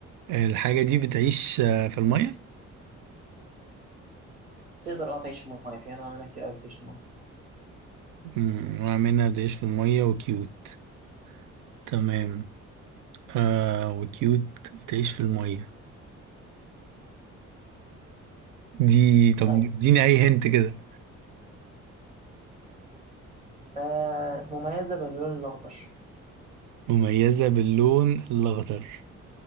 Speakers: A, on the right; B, on the right.
A: الحاجة دي بتعيش آه، في المية
B: تقدر اه تعيش في المايه في انواع منها كتير قوي بتعيش في المايه
A: امم نوع منها بتعيش في المية وكيوت تمام آه وكيوت وتعيش في المية دي طب
B: ايوه
A: اديني اي هنت كده
B: آه مميزة باللون الاخضر
A: مميزة باللون الأخضر